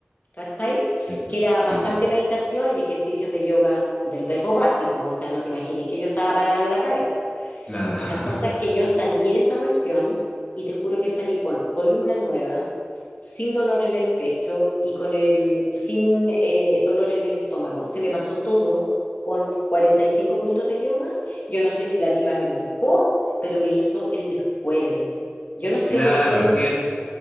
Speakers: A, on the left; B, on the left.
A: ¿cachai?
B: sí,
A: Que era bastante
B: sí,
A: meditación y ejercicios de yoga del verbo básico, o sea, no te imagines que yo estaba parada en la cabeza.
B: claro.
A: Bueno,
B: <laughs>
A: la cosa es que yo salí de esa cuestión y te juro que salí con columna nueva, sin dolor en el pecho y con el, sin eh, dolor en el estómago. Se me pasó todo con 45 minutos de yoga. Yo no sé si la tipa me embrujó, pero me hizo el descueve. Yo no sé
B: Claro,
A: muy bien,
B: es que